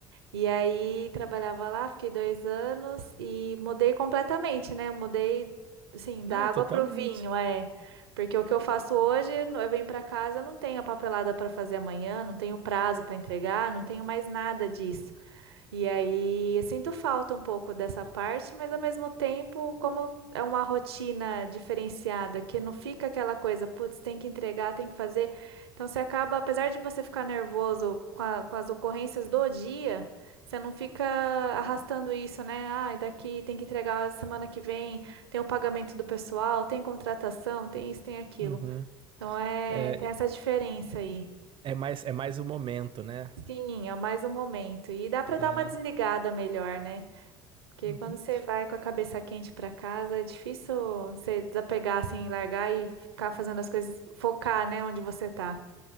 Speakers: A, on the right; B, on the right.
A: E aí trabalhava lá, fiquei dois anos e mudei completamente, né? Mudei, assim,
B: Não,
A: da água
B: totalmente.
A: pro vinho, é. Porque o que eu faço hoje, no- eu venho para casa, eu não tenho a papelada para fazer amanhã, não tenho prazo para entregar, não tenho mais nada disso. E aí eu sinto falta um pouco dessa parte, mas ao mesmo tempo, como é uma rotina diferenciada, que não fica aquela coisa, putz, tem que entregar, tem que fazer. Então você acaba, apesar de você ficar nervoso com a- com as ocorrências do dia, você não fica arrastando isso, né? Ah, e daqui tem que entregar semana que vem, tem o pagamento do pessoal, tem contratação, tem isso, tem aquilo.
B: Uhum.
A: Então é,
B: É,
A: tem essa diferença aí.
B: é mais, é mais o momento, né?
A: Sim, é mais um momento. E dá para
B: É.
A: dar uma desligada melhor, né? Porque
B: Uhum.
A: quando você vai com a cabeça quente pra casa, é difícil você desapegar assim, largar e ficar fazendo as coisas, focar, né, onde você tá.